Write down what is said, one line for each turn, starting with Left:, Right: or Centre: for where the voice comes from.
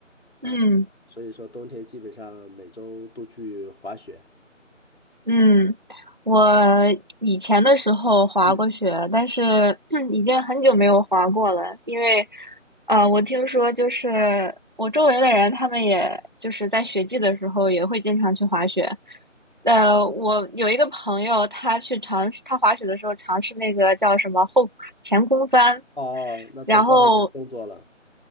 Left: 啊。
Right: 嗯。
Left: 所以说冬天基本上每周都去滑雪。
Right: 嗯，我以前的时候滑过雪，
Left: 嗯，
Right: 但是 <clears throat> 嗯已经很久没有滑过了，因为，呃，我听说就是我周围的人，他们也就是在雪季的时候也会经常去滑雪。呃，我有一个朋友，他去尝试，他滑雪的时候尝试那个叫什么后前空翻，
Left: 哦，那做高难度动作了。
Right: 然后